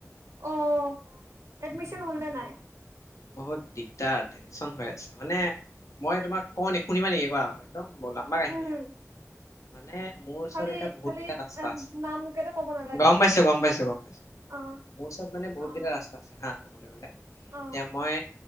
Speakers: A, on the right; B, on the left.
A: অ'। এডমিচন
B: উম,
A: হ'ল নে
B: বহুত
A: নাই?
B: বহুত দিগদাৰ, টেনচন হৈ আছে। মানে মই তোমাক কওঁ নেকি, শুনিবা নেকি কোৱা? একদম বৰ লম্বা কাহিনী
A: হুম হুম
B: আৰু। মানে মোৰ ওচৰত
A: খালি
B: এতিয়া বহুতকেইটা
A: খালি
B: ৰাস্তা আছে।
A: নাম কেইটা ক'ব নালাগে
B: গম পাইছো, গম পাইছো, গম পাইছো।
A: অ
B: মোৰ ওচৰত মানে বহুতকেইটা
A: অ
B: ৰাস্তা হা ক'বলৈ গ'লে
A: অ
B: এতিয়া মই